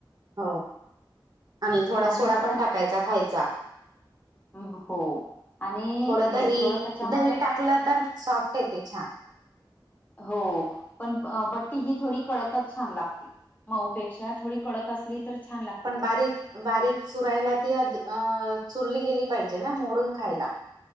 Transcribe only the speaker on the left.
मग नंतर
हम हो. आणि
अ, त्याच्यामध्ये
हो पण बट्टी ही थोडी कळकच छान लागते. मउ पेक्षा थोडी कडक अस तर छान लागत.